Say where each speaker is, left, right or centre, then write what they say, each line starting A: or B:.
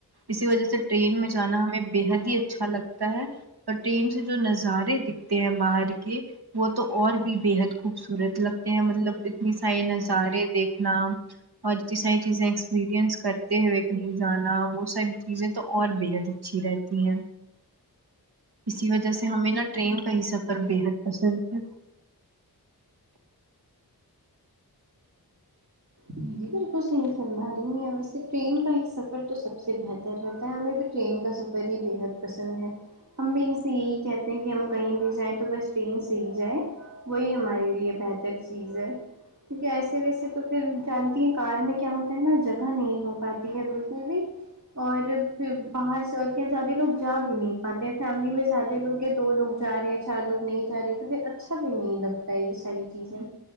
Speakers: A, on the right; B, on the right.
A: اسی وجہ سے ٹرین میں جانا ہمیں بےحد ہی اچھا لگ لگتا ہے اور ٹر ین سے جو نظارے دکھتے ہیں باہر کے وہ تو اور بھی بےحد خوبصورت لگتے ہیں مطلب اتنی سارے نظارے دیکھنا اور اتنی ساری چیزیں ایکسپییرئنس کرتے ہوئے کہیں جانا وہ سب چیزیں تو اور بےحد اچھی رہتی ہیں اسی وجہ سے ہمیں نا ٹرین کا ہی سفر بےحد پسند ہے
B: جی جی بالکل صحیح فرما رہی ہیں ویسے ٹرین کا ہی سفر تو سب سے بہتر رہتا ہے ہمیں بھی ٹرین کا سفر ہی بےحد پسند ہے ہم بھی ان سے یہی کہتے ہیں کہ ہم کہیں بھی جائیں تو بس ٹرین سے ہی جائیں وہی ہمارے لیے بہتر چیز ہے کیونکہ ایسے ویسے تو پھر جانتی ہے کار میں کیا ہوتا ہے نا جگہ نہیں ہو پاتی ہے بالکل بھی اور پھر باہر سب زیادہ لوگ جا بھی نہیں پاتے ہیں فیملی میں زیادہ لوگ ہیں دو لوگ جا رہے ہیں چار لوگ نہیں جا رہے تو پھر اچھا بھی نہیں لگتا یہ ساری چیزیں